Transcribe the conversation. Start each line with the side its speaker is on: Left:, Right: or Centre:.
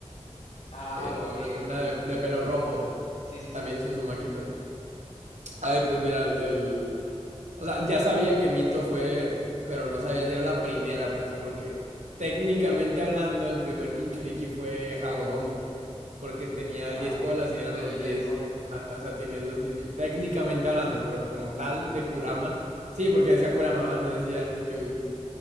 Left: Ah,
Right: Era
Left: ok,
Right: una, una
Left: ok,
Right: de,
Left: ok.
Right: de pelo rojo.
Left: Sí, sí,
Right: También
Left: sí, sí,
Right: es
Left: sí.
Right: Uzumaki, pues. Ay, pues mira, el, el- O sea, ya sabía que Mito fue, pero no sabía si era la primera, pues, porque técnicamente hablando, el primer Jinchuriki fue Hagoromo, porque tenía el
Left: Ajá.
Right: 10 colas y eran
Left: Tenía
Right: los
Left: el
Right: 10,
Left: día del cólera.
Right: jin- ajá,
Left: Sí.
Right: O sea, tenían los 10, bi- Técnicamente hablando, pero como tal, de Kurama. Sí, porque decía Kurama, ¿va? no decía Kyubi.